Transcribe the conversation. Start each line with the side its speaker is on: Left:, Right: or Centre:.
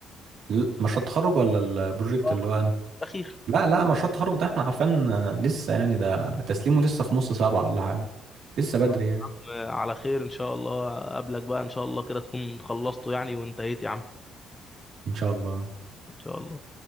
Right: ل- مشروع التخرج ولا البروجكت
Left: اه
Right: اللي
Left: الخطوة
Right: هو انا
Left: الاخير
Right: لا لا مشروع التخرج ده احنا عارفين لسه يعني ده تسليمه لسه في نص سبعة ولا حاجة لسه بدري
Left: طب يا
Right: يعني
Left: عم آه، على خير ان شاء الله اقابلك بقى ان شاء الله كده تكون خلصته يعني وانتهيت يا عم
Right: ان شاء الله
Left: ان شاء الله